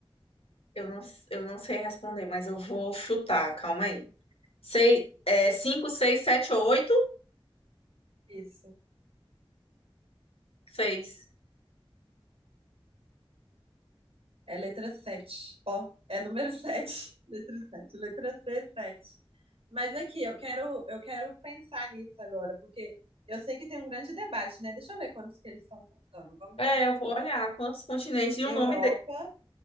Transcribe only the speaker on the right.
Isso.
É letra 7. Ó, é número sete. <laughs> Letra sete. Letra C, sete. Mas aqui, eu quero, eu quero pensar nisso agora, porque eu sei que tem um grande debate, né? Deixa eu ver quantos que eles estão contando. Vamos
contar.
Europa,